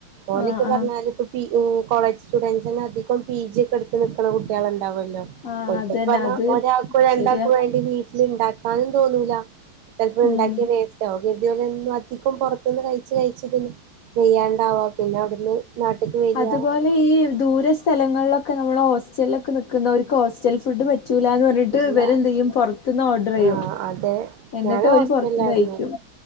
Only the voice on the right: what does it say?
ഓലക്കെ
പറഞ്ഞാല്
ഇപ്പൊ പി ഓ കോളേജ് സ്റ്റുഡൻറ്സന്നെ അധികം പി ജി ഒക്കെ എടുത്ത് നിക്കണ കുട്ടികളുണ്ടാവൊ ല്ലോ
ഓൽക്കൊക്കെ
പറഞ്ഞ
ഒരാൾക്കോ രണ്ടാൾക്കോ
വേ ട്ടില് ഇണ്ടാക്കാനും തോന്നൂല ചെൽപ്പം ഉണ്ടാക്കിയാ
വേസ്റ്റാവും <unintelligible> എന്നും അധികും പൊറത്തുന്ന് കഴിച്ച് കഴിച്ച് പിന്നെ വെയ്യാണ്ടാവാ പിന്നെ അവിടുന്ന് നാട്ട്ക്ക് വരിക
ഇല്ല
ആഹ് അതെ
ഞാന്
ഹോസ്റ്റലിലായിരുന്നു